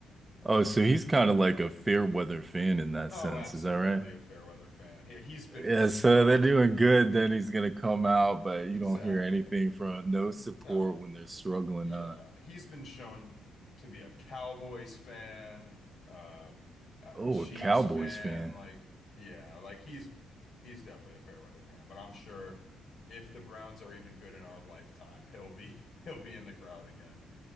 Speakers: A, on the right; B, on the left.
A: Oh, so he's kind of like a fair weather fan in that
B: Oh,
A: sense.
B: absolutely
A: Is that right?
B: a Fairweather fan. He, he's been
A: Yeah,
B: shown
A: so they're doing good. Then he's gonna come out, but
B: exactly.
A: you don't hear anything from no support
B: Oh,
A: when they're struggling,
B: Yeah,
A: huh?
B: he's been shown to be a Cowboys fan, uh, a
A: Oh,
B: Chiefs
A: a Cowboys
B: fan.
A: fan.
B: Like, yeah, like he's he's definitely a fair weather fan. But I'm sure if the Browns are even good in our lifetime, he'll be <laughs> he'll be in the crowd again.